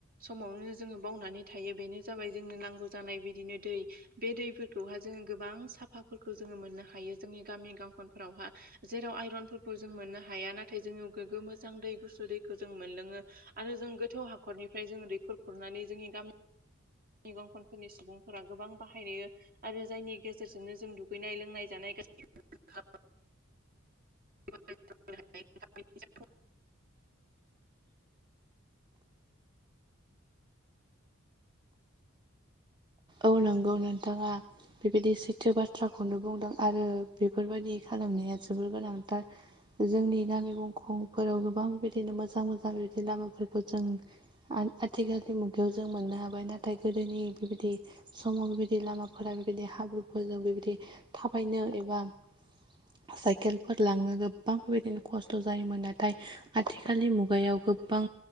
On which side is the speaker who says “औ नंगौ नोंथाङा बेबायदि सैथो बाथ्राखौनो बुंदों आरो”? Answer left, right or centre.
Right